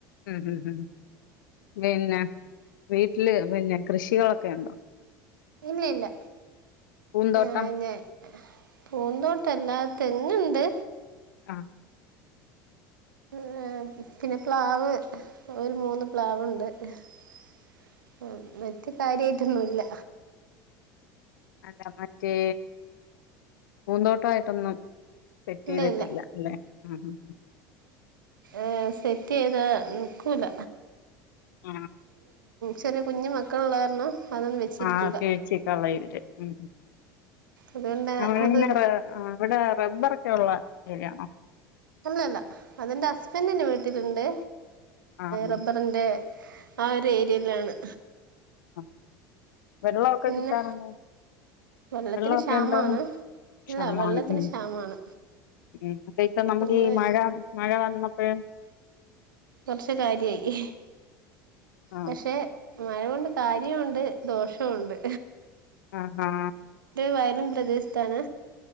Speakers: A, on the left; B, on the right.
A: ഉം ഉം ഉം പിന്നെ വീട്ടില് പിന്നെ കൃഷികളൊക്കെ ഒണ്ടോ
B: ഇല്ല ഇല്ല
A: പൂന്തോട്ടം
B: ആ ന്നെ പൂന്തോട്ടം എല്ലാ തെങ്ങ്ണ്ട്
A: ആ
B: ഏ പിന്നെ പ്ലാവ് ഒരു മൂന്ന് പ്ലാവ്ണ്ട് ഏഹ് മറ്റ് കാര്യയിട്ടൊന്നുല്ല
A: അതാ മറ്റേ പൂന്തോട്ടായിട്ടൊന്നും സെറ്റ്
B: ഇല്ല
A: ചെയ്തിട്ടില്ല
B: ഇല്ല
A: അല്ലെ മഉം ഉം
B: ഏ സെറ്റ് ചെയ്ത നിക്കൂല
A: ആ
B: ചെറിയ കുഞ്ഞു മക്കളുള്ള കാരണം അതൊന്നും വെച്ചിരിക്കൂല
A: ആ കീഴച്ചി കളര് <unintelligible>
B: അതുകൊണ്ട്
A: ഇവിടെ
B: അത്
A: റബ്ബർ <unintelligible>
B: അല്ലല്ല അതെന്റെ ഹസ്ബൻഡിന്റെ വീട്ടിലുണ്ട്
A: ആ ആ
B: റബ്ബറിന്റെ ആ ഒരു ഏരിയയിലാണ്
A: <unintelligible> വെള്ളമൊക്കെ
B: പിന്നെ
A: കിട്ടാറുണ്ടോ
B: വെള്ളത്തിന്
A: വെള്ളമൊക്കെ
B: ക്ഷാമാണ്
A: ഉണ്ടോ ക്ഷാമവാണ്
B: ഇല്ല വെള്ളത്തിന്
A: ഉം
B: ക്ഷാമാണ്
A: ഉം അപ്പൊ ഇപ്പൊ നമുക്ക്
B: നിങ്ങള്
A: ഈ മഴ മഴ വന്ന ഉംഹ്
B: കുറച്ച് കാര്യായി
A: ആ
B: പക്ഷെ മഴകൊണ്ട് കാര്യോണ്ട് ദോഷോണ്ട്
A: ആഹ് ആഹ്
B: വയലും പ്രദേശത്താണ്